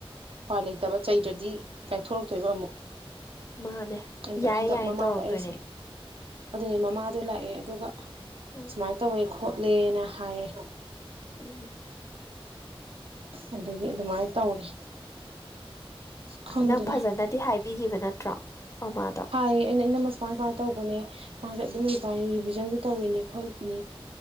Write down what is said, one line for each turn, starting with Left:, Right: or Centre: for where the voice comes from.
Right: ꯄꯥꯏ ꯂꯩꯇꯕ ꯆꯩꯗ꯭ꯔꯗꯤ ꯀꯥꯏꯊꯣꯔꯛꯇꯣꯏꯕ ꯑꯃꯨꯛ
Left: ꯃꯥꯅꯦ
Right: ꯑꯗ
Left: ꯌꯥꯏ
Right: ꯍꯟꯇꯛ
Left: ꯌꯥꯏ
Right: ꯃꯃꯥꯗ
Left: ꯇꯧꯔꯛꯇꯣꯏꯅꯦ
Right: ꯑꯩꯁ‌ꯦ ꯑꯗꯨꯅꯦ ꯃꯃꯥꯗꯣ ꯂꯥꯛꯑꯦ ꯑꯗꯨꯒ
Left: ꯎꯝ
Right: ꯁꯨꯃꯥꯏꯟ ꯇꯧꯋꯦ ꯈꯣꯠꯂꯦꯅ ꯍꯥꯏꯌꯦ
Left: ꯎꯝ
Right: ꯑꯗꯨꯒꯤ ꯑꯗꯨꯃꯥꯏꯟ ꯇꯧꯔꯦ ꯈꯪꯗꯦꯗ
Left: ꯅꯪ ꯐꯖꯅꯗꯤ ꯍꯥꯏꯕꯤꯒꯤꯕ ꯅꯠꯇ꯭ꯔꯣ ꯃꯃꯥꯗꯣ
Right: ꯍꯥꯏꯌꯦ ꯑꯩꯅ ꯏꯅꯝꯃ ꯁꯨꯃꯥꯏ ꯁꯨꯃꯥꯏ ꯇꯧꯕꯅꯦ ꯃꯥꯖ‌ꯦ ꯑꯗꯨꯝ ꯔꯤꯕꯥꯏ ꯔꯤꯚꯥꯖꯟꯖꯨ ꯇꯧꯔꯤꯅꯤ ꯈꯣꯠꯂꯤꯅꯤ